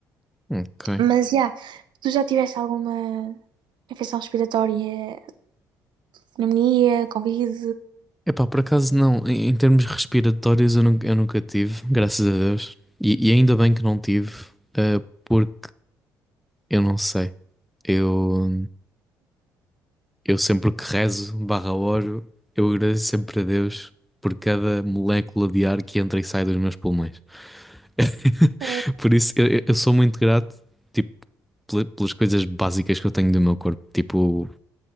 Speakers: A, in the centre; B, on the right.
A: Ok.
B: Mas, já, yeah, tu já tiveste alguma infecção respiratória, pneumonia, covid?
A: Epá, por acaso não, em, em termos respiratórios eu nunca, eu nunca tive, graças a Deus. E, e ainda bem que não tive, eh, porque eu não sei. Eu, eu sempre que rezo, barra oro, eu agradeço sempre a Deus por cada molécula de ar que entra e sai dos meus pulmões. <laughs>
B: É,
A: Por isso eu, eu- eu sou muito grato, tipo, pela- pelas coisas básicas que eu tenho do meu corpo, tipo